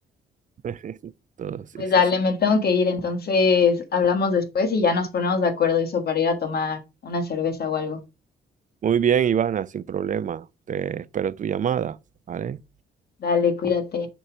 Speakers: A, on the right; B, on the left.
A: <laughs> Todo, sí,
B: Pues
A: sí,
B: dale,
A: sí.
B: me tengo que ir, entonces hablamos después y ya nos ponemos de acuerdo eso para ir a tomar una cerveza o algo.
A: Muy bien, Ivana, sin problema. Te espero tu llamada, ¿vale?
B: Dale, cuídate.